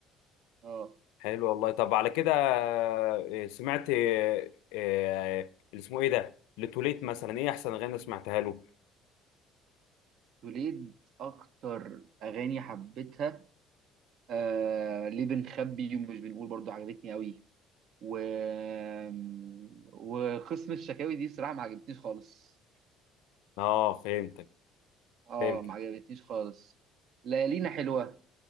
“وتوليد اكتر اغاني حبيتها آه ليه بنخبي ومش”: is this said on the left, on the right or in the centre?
Right